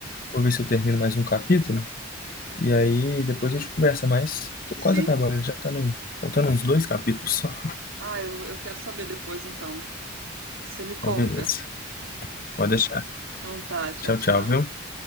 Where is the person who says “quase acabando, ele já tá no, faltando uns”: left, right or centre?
Left